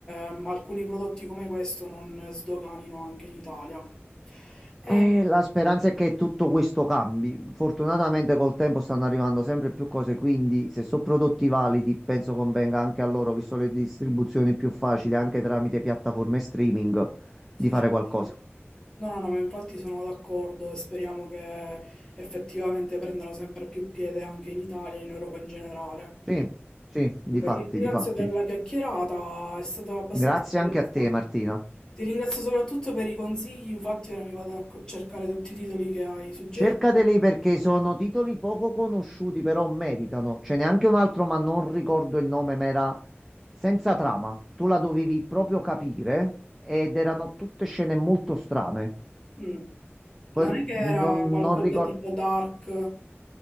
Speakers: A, on the left (about 15°); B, in the centre.
A: ehm, alcuni prodotti come questo non sdoganino anche in Italia.
B: E
A: Eh,
B: la speranza è che tutto questo cambi. Fortunatamente col tempo stanno arrivando sempre più cose, quindi se sono prodotti validi, penso convenga anche a loro, visto le distribuzioni più facili, anche tramite piattaforme streaming,
A: sì,
B: di fare
A: sì.
B: qualcosa.
A: sì, sì. No, no, no, ma infatti sono d'accordo e speriamo che effettivamente prendano sempre più piede anche in Italia e in Europa in generale.
B: Sì, sì, di
A: Comunque,
B: fatti,
A: ti ringrazio
B: di fatti.
A: per la chiacchierata, è stato abbastanza
B: Grazie
A: interessante.
B: anche a te, Martina.
A: Ti ringrazio soprattutto per i consigli, infatti ora mi vado a cercare tutti i titoli che hai suggerito.
B: Cercateli perché sono titoli poco conosciuti, però meritano. Ce n'è anche un altro, ma non ricordo il nome, ma era senza trama. Tu la dovevi proprio capire
A: Sì.
B: ed erano tutte scene molto strane.
A: Mm.
B: Poi
A: Non è che era
B: non,
A: qualcosa
B: non ricordo,
A: tipo dark?